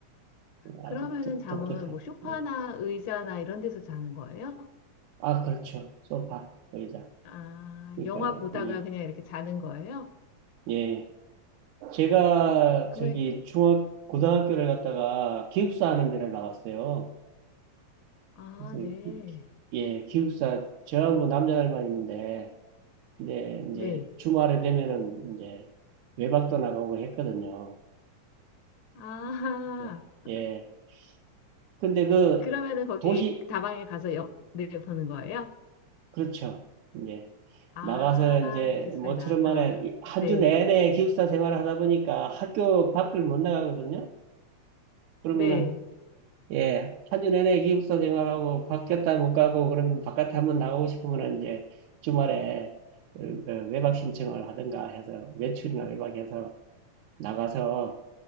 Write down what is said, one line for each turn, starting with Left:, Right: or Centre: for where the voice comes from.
Left: 그러면은
Right: 아주 독-
Left: 잠은
Right: 아, 독특한.
Left: 뭐 소파나
Right: 예.
Left: 의자나 이런 데서 자는 거예요?
Right: 아, 그렇죠. 소파, 의자.
Left: 아,
Right: 그러니까
Left: 영화 보다가
Right: 거기
Left: 그냥 이렇게 자는 거예요?
Right: 예. 제가
Left: 그러면,
Right: 저기 중학 고등학교를
Left: 음,
Right: 갔다가 기숙사 하는 데를 나왔어요.
Left: 아,
Right: 그래서
Left: 네.
Right: 기- 기- 예, 기숙사 저하고 남자들만 있는데 이제
Left: 네.
Right: 이제 주말에 되면은 이제 외박도 나가고 했거든요.
Left: 아,
Right: 예.
Left: <laughs>
Right: 예. 근데 그
Left: 그러면은 거기
Right: 도시,
Left: 다방에 가서 영, 네, 보는 거예요?
Right: 그렇죠. 이제
Left: 아,
Right: 나가서 이제
Left: 기스에
Right: 모처럼
Left: 나서.
Right: 만에 한
Left: 네.
Right: 주 내내 기숙사 생활을 하다 보니까 학교 밖을 못 나가거든요. 그러면은
Left: 네.
Right: 예, 한 주 내내 기숙사 생활하고 밖에 없다 못 가고 그러면 바깥에 한번 나가고 싶으면은 이제 주말에 어, 어, 외박 신청을 하든가 해서 외출이나 외박해서 나가서